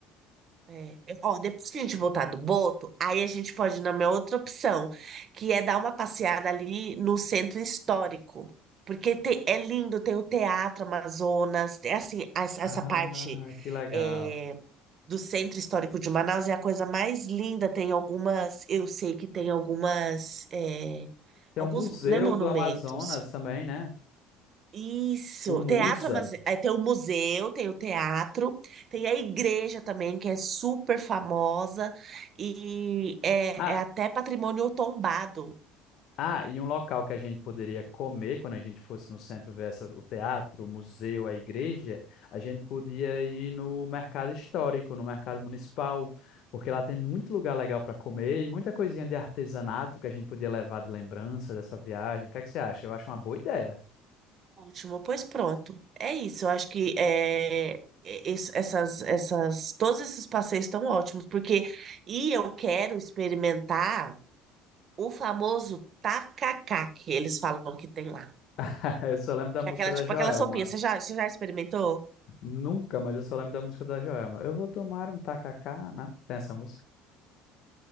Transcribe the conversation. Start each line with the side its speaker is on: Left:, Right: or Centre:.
Right: É. Ó, depois que a gente voltar do Boto, aí a gente pode ir na minha outra opção, que é dar uma passeada ali no centro histórico. Porque tem- é lindo, tem o Teatro Amazonas, é assim, essa, essa
Left: Ah,
Right: parte
Left: que legal.
Right: é, do centro histórico de Manaus é a coisa mais linda. Tem algumas, eu sei que tem algumas, é,
Left: Tem
Right: alguns,
Left: o Museu
Right: né, monumentos.
Left: do Amazonas também, né?
Right: Isso,
Left: O Musa.
Right: teatro, amaz- é, tem o museu, tem o teatro, tem a igreja também, que é super famosa e é,
Left: Ah,
Right: é até patrimônio tombado,
Left: Ah, e um local que a gente poderia comer quando a gente fosse no centro ver essas- o teatro, o museu, a igreja, a gente podia ir no mercado histórico, no mercado municipal, porque lá tem muito lugar legal para comer e muita coisinha de artesanato que a gente podia levar de lembrança dessa viagem. O que é que você acha? Eu acho uma boa ideia.
Right: último, pois pronto, é isso, eu acho que é, é, es- essas, essas, todos esses passeios estão ótimos, porque, e eu quero experimentar o famoso tacacá, que eles falam que tem lá,
Left: <laughs> Eu só lembro da
Right: que
Left: música
Right: é aquela,
Left: da
Right: tipo,
Left: Joelma.
Right: aquela sopinha, você já, você já experimentou?
Left: Nunca, mas eu só lembro da música da Joelma. Eu vou tomar um tacacá, né? Tem essa música?